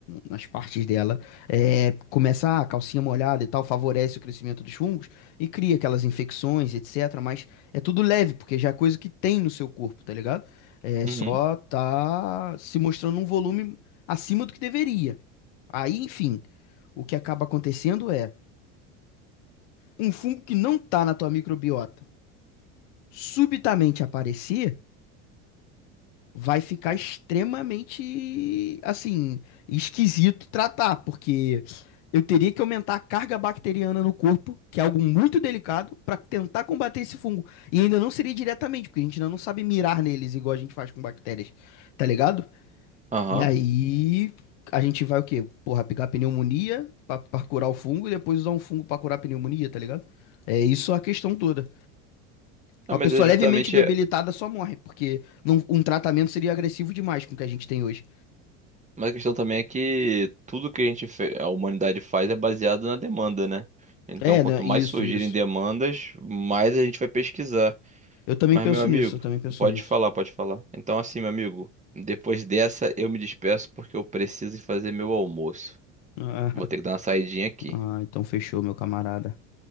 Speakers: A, on the left; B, on the right.
A: nas partes dela é, começa a ah, calcinha molhada e tal, favorece o crescimento dos fungos e cria aquelas infecções, etc. Mas é tudo leve, porque já é coisa que tem no seu corpo, tá ligado? É, só
B: uhum,
A: tá se mostrando um volume acima do que deveria. Aí, enfim, o que acaba acontecendo é um fungo que não tá na tua microbiota subitamente aparecer vai ficar extremamente, assim, esquisito tratar, porque eu teria que aumentar a carga bacteriana no corpo, que é algo muito delicado, para tentar combater esse fungo. E ainda não seria diretamente, porque a gente ainda não sabe mirar neles igual a gente faz com bactérias, tá ligado?
B: aham.
A: E aí a gente vai o quê? Porra, pegar pneumonia pra, pra curar o fungo e depois usar um fungo pra curar a pneumonia, tá ligado? É isso a questão toda.
B: Não,
A: Uma
B: mas
A: pessoa
B: é justamente.
A: levemente debilitada
B: é,
A: só morre, porque não- um tratamento seria agressivo demais com o que a gente tem hoje.
B: Mas a questão também é que tudo que a gente, fe- a humanidade faz é baseado na demanda, né? Então,
A: É,
B: quanto
A: né? Isso,
B: mais surgirem
A: isso.
B: demandas, mais a gente vai pesquisar.
A: Eu também
B: Mas,
A: penso
B: meu amigo,
A: nisso, eu também penso
B: pode
A: nisso.
B: falar, pode falar. Então, assim, meu amigo, depois dessa eu me despeço porque eu preciso ir fazer meu almoço.
A: <laughs>
B: Vou ter que dar uma saidinha aqui.
A: Ah, ah, então fechou, meu camarada.